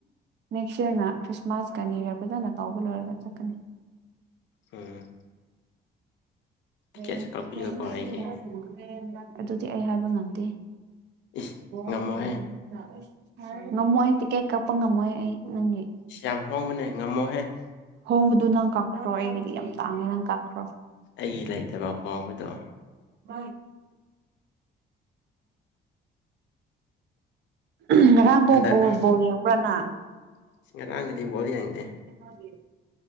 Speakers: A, on the right; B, on the left.
A: ꯅꯦꯛꯁ ꯌꯦꯔꯅ ꯈ꯭ꯔꯤꯁꯃꯥꯁꯀ ꯅꯨꯏ ꯌꯔ ꯐꯖꯅ ꯇꯧꯕ ꯂꯣꯏꯔꯒ ꯆꯠꯀꯅꯤ
B: ꯎꯝ ꯇꯤꯛꯀꯦꯠꯁꯨ
A: <unintelligible>
B: ꯀꯛꯄꯤꯌꯨꯀꯣ ꯑꯩꯒꯤ
A: ꯑꯗꯨꯗꯤ ꯑꯩ ꯍꯥꯏꯕ ꯉꯝꯗꯦ <unintelligible> <unintelligible>
B: ꯏꯁ ꯉꯝꯃꯣꯍꯦ
A: ꯉꯝꯃꯣꯏ ꯇꯤꯛꯀꯦꯠ ꯀꯛꯄ ꯉꯝꯃꯣꯏ ꯑꯩ ꯅꯪꯒꯤ
B: ꯏꯁ ꯌꯥꯝ ꯍꯣꯡꯕꯅꯦ ꯉꯝꯃꯣꯍꯦ
A: ꯍꯣꯡꯕꯗꯨ ꯅꯪ ꯀꯛꯈ꯭ꯔꯣ ꯑꯩꯒꯤꯗꯤ ꯌꯥꯝ ꯇꯡꯉꯦ ꯅꯪ ꯀꯛꯈ꯭ꯔꯣ
B: ꯑꯩꯒꯤ ꯂꯩꯇꯕ ꯍꯣꯡꯕꯗꯣ
A: <unintelligible> <unintelligible> ꯉꯔꯥꯡ ꯄꯣ
B: ꯍꯟꯗꯛ
A: ꯕꯣꯜ ꯕꯣꯜ ꯌꯦꯡꯕ꯭ꯔ ꯅꯪ?
B: <unintelligible> ꯉꯔꯥꯡꯒꯤꯗꯤ ꯕꯣꯜ ꯌꯦꯡꯗꯦ꯫
A: <unintelligible>